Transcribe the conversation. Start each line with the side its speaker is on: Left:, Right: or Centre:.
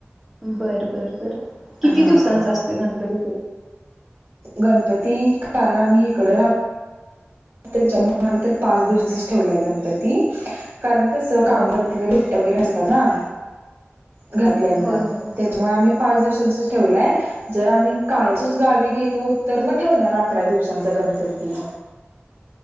Centre: बरं-बरं बरं! किती
Right: हा
Centre: दिवसांच असते गणपतीकडे,
Right: गणपती कारण आम्ही इकडे राहतो. त्यांच्यामुळे आम्ही तर पाच दिवसच ठेवलाय गणपती, कारण कसं कामा
Centre: बरं.
Right: वरती
Centre: हां.
Right: वगैरे असतात ना, घरातल्यांना
Centre: होय, होय.
Right: त्याच्यामुळे
Centre: हां.
Right: आम्ही पाच दिवसांच ठेवलंय जर आम्ही, कायमचे च गावी गेलो तर मग ठेवणार अकरा दिवसांचा गणपती,